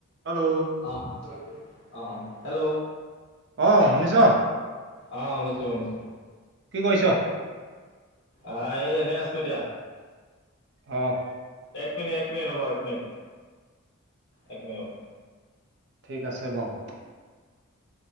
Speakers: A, on the right; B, on the left.
A: Hello
B: অহ, অহ hello.
A: অ, শুনিছ?
B: অহ, শুনিছো, শুনিছো।
A: কি কৈছ?
B: আহ, এই এনেই আছো দিয়া।
A: অহ।
B: এক মিনিট এক মিনিট হব এক মিনিট এক মিনিট হ'ব।
A: ঠিক আছে বাওঁ।